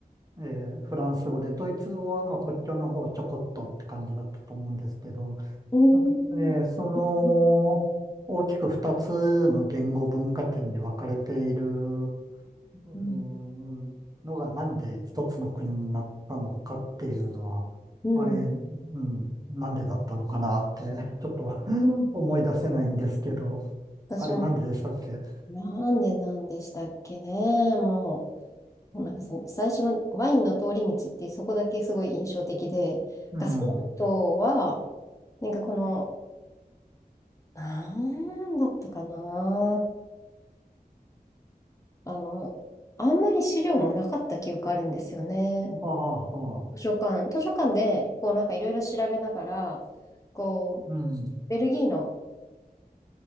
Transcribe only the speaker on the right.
ええ、フランス語で、ドイツ語はまあ国境の方ちょこっとって感じだったと思うんですけど、
ええ、その、
大きく2つの言語文化圏に分かれている、うーんのがなんで一つの国になったのかっていうのは、
あれ、うん、なんでだったのかなって、ちょっと <laughs> 思い出せないんですけど、
あれなんででしたっけ
うん。
ああ、はあ、
うん。